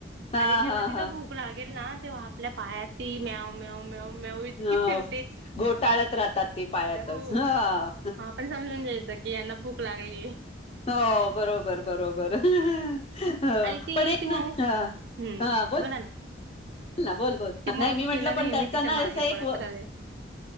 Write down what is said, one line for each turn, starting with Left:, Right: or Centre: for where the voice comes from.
Left: हा
Right: आणि जेव्हा
Left: हा
Right: तिला
Left: हा
Right: भूक लागेल ना तेव्हा आपल्या पायात ती म्याँव म्याँव म्याँव म्याँव इतकी
Left: हा
Right: फिर
Left: घोटाळत राहतात ते पायातच
Right: हो
Left: हं
Right: हा पण समजून घ्यायचं की यांना भूक लागली
Left: हो बरोबर बरोबर हं
Right: आणि ती
Left: पण एकना
Right: ती मावशी
Left: हं
Right: हम्म
Left: हं ब
Right: बोला ना
Left: बोलना बोल बोल
Right: ती
Left: नाही
Right: मावशी
Left: मी म्हंटलं
Right: ना नेहमी
Left: पण त्यांचा
Right: तिच्या
Left: ना
Right: मागे
Left: असं एक
Right: पडत
Left: अ
Right: राहते.